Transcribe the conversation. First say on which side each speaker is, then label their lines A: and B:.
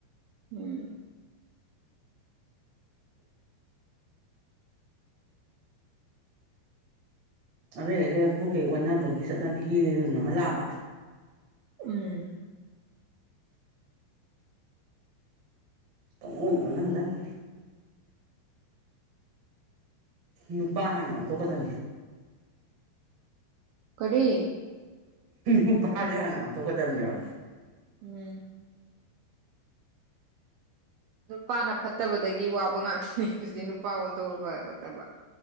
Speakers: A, on the right; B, on the right.
A: ꯎꯝ
B: ꯑꯗꯩ ꯄꯣꯠꯈꯩ ꯑꯣꯟꯅꯕꯒꯤ ꯆꯠꯅꯕꯤꯒꯤ ꯔꯨꯟ ꯑꯃ ꯂꯥꯛꯑꯕ
A: ꯎꯝ
B: ꯄꯪꯑꯣꯟ ꯑꯣꯟꯅꯒꯗꯝꯅꯤ ꯅꯨꯄꯥ ꯍꯥꯟꯅ ꯑꯣꯟꯊꯣꯛꯀꯗꯕꯅꯦ
A: ꯀꯔꯤ
B: ꯅꯨꯄꯥꯁꯦ ꯍꯥꯟꯅ ꯑꯣꯟꯊꯣꯛꯀꯗꯕꯅꯦꯕ
A: ꯎꯝ
B: <inaudible>
A: ꯅꯨꯄꯥꯅ ꯐꯠꯇꯕꯗꯒꯤ ꯋꯥꯕ ꯉꯥꯛꯇꯅꯤ ꯅꯨꯄꯥ ꯑꯣꯟꯊꯣꯛꯒꯗꯕꯅꯤ